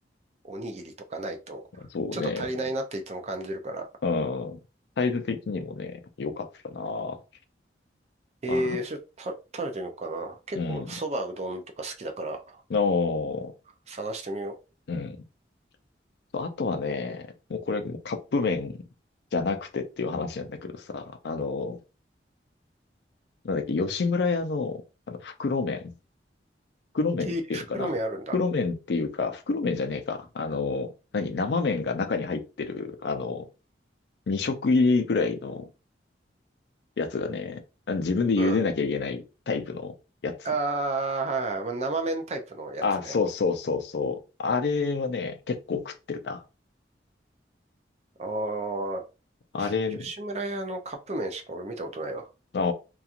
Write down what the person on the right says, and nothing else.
おにぎりとかないと、
ちょっと足りないなっていつも感じるから。
ええそれた、
食べてみようかな。結構そばうどんとか好きだから、
探してみよ
う。えー袋麺あるんだ。
うん。ああ、はいはい。まあ、生麺タイプのやつね。
ああ、
吉村屋のカップ麺しか俺見たことないわ。